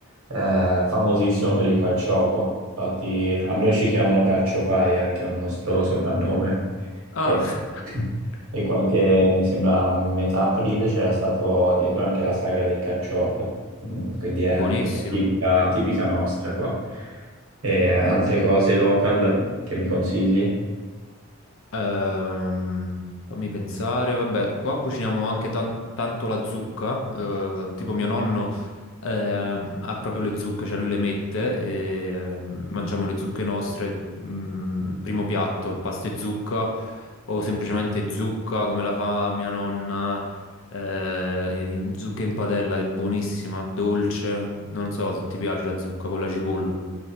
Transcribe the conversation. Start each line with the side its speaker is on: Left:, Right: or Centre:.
Right: eh, famosissimo per il carciofo. Infatti a noi ci chiamano carciofai, anche è un nostro soprannome.
Left: Ah,
Right: E, <laughs>
Left: <laughs>
Right: e qualche, mi sembra, a metà aprile c'era stato addirittura anche la sagra del carciofo. Mm, Quindi è
Left: buonissimo.
Right: una cosa tipica, tipica nostra qua. E altre cose local che mi consigli?
Left: Ehm, fammi pensare, vabbè, qua cuciniamo anche tan- tanto la zucca, eh, tipo mio nonno ehm, ha proprio le zucche, cioè lui le mette e ehm, mangiamo le zucche nostre, mm, primo piatto, pasta e zucca o semplicemente zucca come la fa mia nonna, eh, in- zucca in padella, è buonissima, dolce, non so se ti piace la zucca con la cipolla.